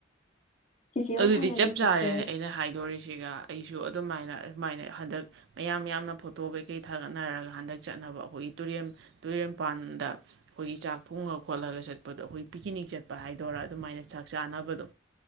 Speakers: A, on the left (about 40°); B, on the right (about 65°).
A: ꯆꯤꯆꯦ ꯍꯣꯏ
B: ꯑꯗꯨꯗꯤ
A: ꯁꯪꯉꯗꯤ
B: ꯆꯞ
A: ꯆꯠꯁꯦ
B: ꯆꯥꯔꯦꯅꯦ ꯑꯩꯅ ꯍꯥꯏꯗꯣꯔꯤꯁꯤꯒ ꯑꯩꯁꯨ ꯑꯗꯨꯃꯥꯏꯅ ꯑꯗꯨꯃꯥꯏꯅ ꯍꯟꯗꯛ ꯃꯌꯥꯝ ꯌꯥꯝꯅ ꯐꯣꯇꯣ ꯀꯩꯀꯩ ꯊꯥꯒꯠꯅꯔꯒ ꯍꯟꯗꯛ ꯆꯠ ꯆꯅꯕ ꯑꯩꯈꯣꯏꯒꯤ ꯇꯨꯔꯦꯟ ꯇꯨꯔꯦꯟꯄꯥꯟꯗ ꯑꯩꯈꯣꯏꯒꯤ ꯆꯥꯛ ꯊꯣꯡꯉ ꯈꯣꯠꯂꯒ ꯆꯠꯄꯗꯣ ꯑꯩꯈꯣꯏ ꯄꯤꯛꯅꯤꯛ ꯆꯠꯄ ꯍꯥꯏꯗꯣꯏꯔꯥ ꯑꯗꯨꯃꯥꯏꯅ ꯆꯥꯛ ꯆꯥꯅꯕꯗꯣ